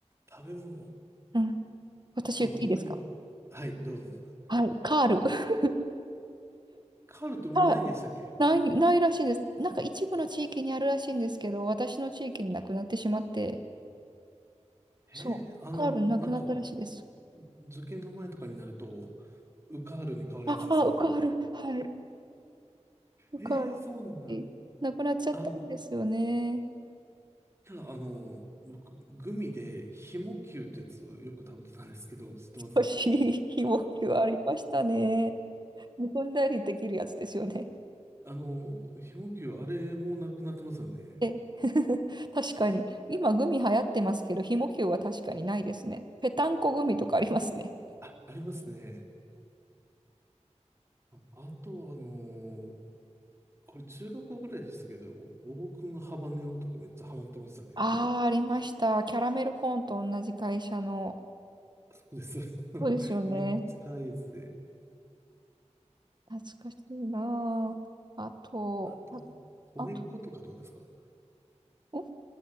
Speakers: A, on the right (about 20°); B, on the right (about 35°).
A: ー食べ物。
B: うん。私言っていいですか
A: まあ、本当に。はい、どうぞ。
B: はい。カール。<laughs>
A: カールってもうないんでしたっけ
B: カない、ないらしいんです。なんか一部の地域にあるらしいんですけど、私の地域になくなってしまって、そう、
A: ええあの、
B: カールなくなったらしいです。
A: なんか、受験の前とかになると、ウカールに変わるやつですよね。
B: あ、あ、ウカール、はい、ウカール。
A: ええそうなんだ。
B: えなくなっちゃったんですよね。
A: あの、ただ、あの、僕、グミで、ひもきゅうってやつよく食べてたんですけど、知ってます
B: 少しひもきはありましたね。むくんだりできるやつですよね。
A: あの、ひもきゅう、あれもなくなってますよね。
B: え、<laughs> 確かに。今、グミ流行ってますけど、ひもきゅうは確かにないですね。ぺたんこグミとかありますね。
A: あ、ありますね。ああと、あのこれ中学校ぐらいでしたけど、ボボ君ハバネロとかめっちゃハマってましたね。
B: ああ、ありました。キャラメルコーンと同じ会社の。
A: <laughs> そうです。<laughs> あのめっちゃ辛いですね。
B: そうですよね。懐かしいなあ。あと、
A: あと、
B: あ、
A: 米粉とかどうですか
B: あと、ん